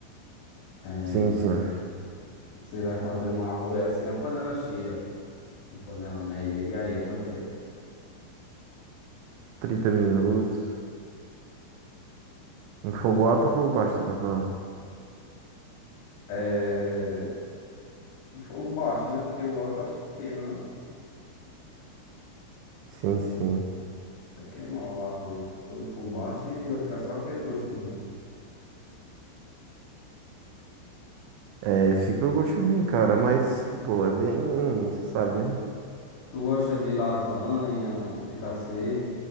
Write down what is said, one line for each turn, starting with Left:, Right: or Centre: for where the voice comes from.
Left: É,
Right: Sim, sim.
Left: você vai fazer um arroz é assim, a panela cheia. Um panela média. E aí, há quanto tempo?
Right: trinta minutos. Um fogo alto ou fogo baixo, você tá falando?
Left: É... em Fogo baixo, né? Porque o alto eu acho que queima, não?
Right: Sim, sim.
Left: Vai queimar o arroz todo por baixo e vai ficar só aquele gosto ruim.
Right: É, fica o gosto ruim, cara, mas, tipo, é bem, você sabe, né?
Left: Tu gosta de lasanha, e fricassê?